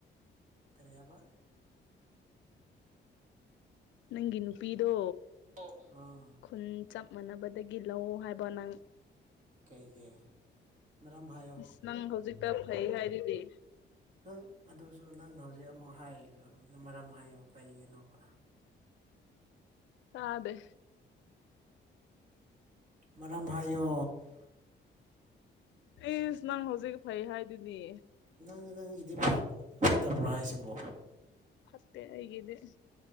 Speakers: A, on the right; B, on the left.
A: ꯀꯔꯤ ꯍꯥꯏꯕ
B: ꯅꯪꯒꯤ ꯅꯨꯄꯤꯗꯣ
A: ꯑꫭ
B: ꯈꯨꯟ ꯆꯞ ꯃꯥꯟꯅꯕꯗꯒꯤ ꯂꯧ ꯍꯥꯏꯕ ꯅꯪ
A: ꯀꯩꯒꯤ ꯃꯔꯝ ꯍꯥꯏꯌꯣ
B: ꯏꯁ ꯅꯪ ꯍꯧꯖꯤꯛꯇ ꯐꯩ ꯍꯥꯏꯔꯤꯗꯨꯗꯤ
A: ꯅꯪ ꯑꯗꯨꯁꯨ ꯅꯪꯅ ꯍꯧꯖꯤꯛ ꯑꯃꯨꯛ ꯍꯥꯏꯔꯤꯗꯨ ꯃꯔꯝ ꯍꯥꯏꯌꯨ ꯀꯩꯒꯤꯅꯣꯕ
B: ꯇꯥꯗꯦ
A: ꯃꯔꯝ ꯍꯥꯏꯌꯣ
B: ꯏꯁ ꯅꯪ ꯍꯧꯖꯤꯛ ꯐꯩ ꯍꯥꯏꯗꯨꯗꯤ
A: ꯅꯪꯒꯤ ꯅꯪꯒꯤꯗꯤ ꯐꯠꯇꯕ꯭ꯔ ꯍꯥꯏꯁꯤꯕꯣ
B: ꯐꯠꯇꯦ ꯑꯩꯒꯤꯗꯤ